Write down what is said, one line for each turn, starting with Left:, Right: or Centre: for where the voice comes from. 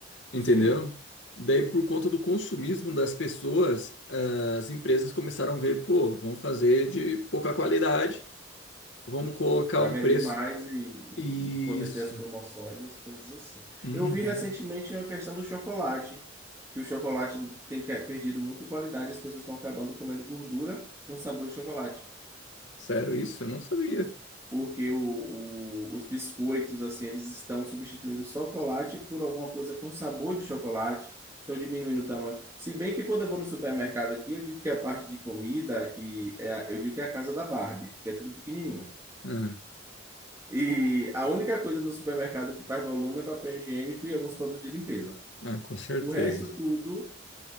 Left: Entendeu?
Right: Sim.
Left: Daí, por conta do consumismo das pessoas, ah, as empresas começaram a ver, pô, vamos fazer de pouca qualidade, vamos colocar
Right: Para
Left: um
Right: vender
Left: preço.
Right: mais e, e-
Left: Isso.
Right: e poder ter as promoções e as coisas assim.
Left: Uhum.
Right: Eu vi recentemente uma questão do chocolate, que o chocolate tem que- perdido muito qualidade, as pessoas estão acabando comendo gordura com sabor de chocolate.
Left: Sério isso? Eu não sabia.
Right: porque o- o- os biscoitos, assim, eles estão substituindo o chocolate por alguma coisa com sabor de chocolate, estão diminuindo o tamanho. Se bem que quando eu vou no supermercado aqui, eu digo que a parte de comida e é a- eu digo que é a casa da Barbie, porque é tudo pequenininho.
Left: Ah,
Right: E a única coisa no supermercado que faz volume é papel higiênico e alguns produtos de limpeza.
Left: Ah, com certeza.
Right: O resto tudo